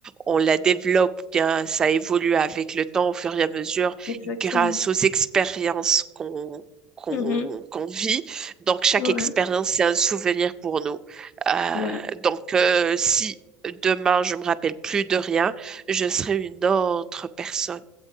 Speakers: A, on the right (about 20°); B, on the left (about 45°).
A: on la développe bien, ça évolue avec le temps, au fur et à mesure,
B: Exactement.
A: grâce aux expériences qu'on qu'on
B: Mhm.
A: qu'on vit. Donc, chaque
B: Ouais,
A: expérience, c'est un souvenir pour nous. Euh,
B: ouais.
A: donc, euh, si demain, je me rappelle plus de rien, je serai une autre personne,